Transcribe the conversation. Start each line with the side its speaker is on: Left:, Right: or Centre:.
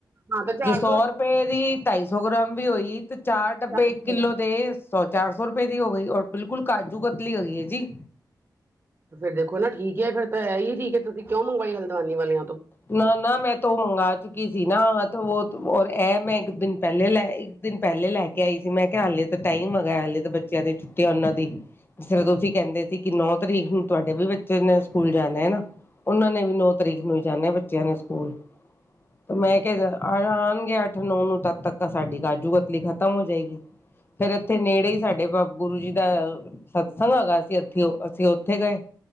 Right: ਹਾਂ ਤੇ ਚਾਰ
Left: ਜੇ ਸੌ ਰੁਪਏ ਦੀ ਢਾਈ ਸੌ ਗ੍ਰਾਮ ਵੀ ਹੋਈ ਤੇ ਚਾਰ ਡੱਬੇ
Right: ਰੁਪਏ
Left: ਇੱਕ ਕਿੱਲੋ ਦੇ ਸੌ ਚਾਰ ਸੌ ਰੁਪਏ ਦੀ ਹੋ ਗਈ ਔਰ ਬਿਲਕੁਲ ਕਾਜੂ ਕਤਲੀ ਹੋ ਹੈਗੀ ਹੈ ਜੀ।
Right: ਫੇ ਦੇਖੋ ਨਾ ਠੀਕ ਹੈ ਫਿਰ ਤਾਂ ਇਹ ਹੀ ਠੀਕ ਹੈ ਤੁਸੀਂ ਕਿਉਂ ਮੰਗਵਾਈ ਹਲਦਵਾਨੀ ਵਾਲਿਆਂ ਤੋਂ।
Left: ਨਾ ਨਾ ਮੈਂ ਤਾਂ ਉਹ ਮੰਗਵਾ ਚੁੱਕੀ ਸੀ ਨਾ ਉਹ ਇਹ ਮੈਂ ਇੱਕ ਦਿਨ ਪਹਿਲੇ ਲੈ ਦਿਨ ਪਹਿਲੇ ਲੈ ਕੇ ਆਈ ਸੀ ਮੈਂ ਕਿਹਾ ਹਾਲੇ ਤਾਂ ਟਾਈਮ ਆਗਾ ਹਾਲੇ ਤਾਂ ਬੱਚਿਆਂ ਦੀ ਛੁੱਟੀਆਂ ਉਹਨਾਂ ਦੀ ਜਿਸ ਤਰ੍ਹਾਂ ਤੁਸੀਂ ਕਹਿੰਦੇ ਸੀ ਕਿ ਨੌ ਤਰੀਕ ਨੂੰ ਤੁਹਾਡੇ ਵੀ ਬੱਚੇ ਨੇ ਸਕੂਲ ਜਾਣਾ ਹੈ ਨਾ ਉਹਨਾਂ ਨੇ ਵੀ ਨੌ ਤਰੀਕ ਨੂੰ ਜਾਣਿਆ ਬੱਚਿਆਂ ਨੇ ਸਕੂਲ ਮੈਂ ਕਿਹਾ ਆਉਣਗੇ ਅੱਠ ਨੌ ਨੂੰ ਤਦ ਤੱਕ ਸਾਡੀ ਕਾਜੂ ਕਤਲੀ ਖ਼ਤਮ ਹੋ ਜਾਏਗੀ ਫੇਿਰ ਇੱਥੇ ਨੇੜੇ ਹੀ ਸਾਡੇ ਬ ਗੁਰੂ ਜੀ ਦਾ ਸਤਸਗ ਆ ਗਏ ਅ ਸੀਂ ਇੱਥੇ ਅਸੀਂ ਉੱਥੇ ਗਏ